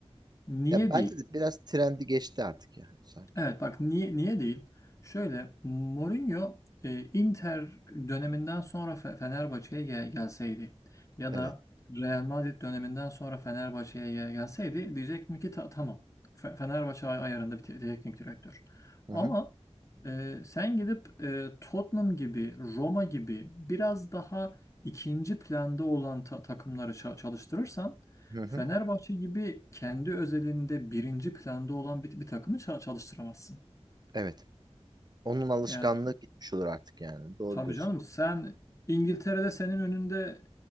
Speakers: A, on the left; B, on the right.
A: Niye
B: Ya bence
A: değil?
B: de biraz trendi geçti artık yani sanki.
A: Evet bak niye niye değil? Şöyle Mourinho e, Inter döneminden sonra Fe- Fenerbahçe'ye gel- gelseydi ya
B: Evet.
A: da Real Madrid döneminden sonra Fenerbahçe'ye gel- gelseydi diyecektim ki "Ta- tamam Fe- Fenerbahçe ay- ayarında bir te- teknik direktör.
B: Hı
A: Ama
B: hı.
A: e, sen gidip e, Tottenham gibi Roma gibi biraz daha ikinci planda olan ta- takımları ça- çalıştırırsan
B: Hı hı.
A: Fenerbahçe gibi kendi özelinde birinci planda olan bir, bir takımı ça- çalıştıramazsın.
B: Evet. Onun alışkanlığı
A: Yani
B: gitmiş olur artık yani. Doğru
A: tabii
B: diyorsun.
A: canım sen İngiltere'de senin önünde